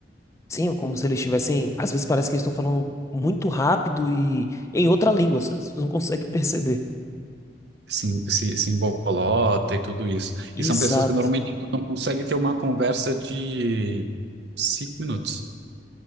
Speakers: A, on the left; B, on the right.
A: Sim, é como se eles estivessem. Às vezes parece que eles estão falando muito rápido e em outra língua, você você não consegue <laughs> perceber.
B: Se, se, se embolota e tudo isso.
A: Exato.
B: E são pessoas que normalmente tu não consegue ter uma conversa de cinco minutos.